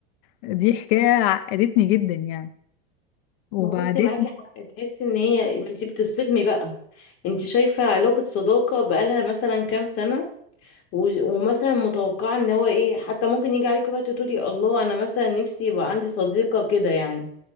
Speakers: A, on the left; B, on the left.
A: دي حكاية عقدتني جدا يعني وبعدين
B: ما هو بصي معاكي حق تحسي ان هي ما انتي بتصدمي بقى انتي شايفة علاقة صداقة بقالها مثلا كام سنة و- ومثلا متوقعة ان هو ايه حتى ممكن يجي عليك وقت تقولي الله انا مثلا نفسي يبقى عندي صديقة كده يعني